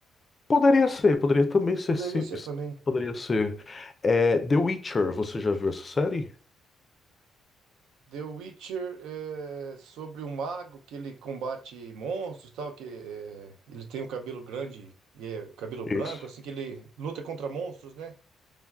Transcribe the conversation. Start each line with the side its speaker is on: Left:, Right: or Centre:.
Left: poderia ser, poderia também ser,
Right: poderia
Left: sim,
Right: ser também.
Left: poderia ser. É, The Witcher, você já viu essa série?
Right: The Witcher é sobre um mago que ele combate monstros, e tal, que é, ele tem um cabelo grande e é cabelo branco,
Left: Esse.
Right: assim que ele luta contra monstros, né?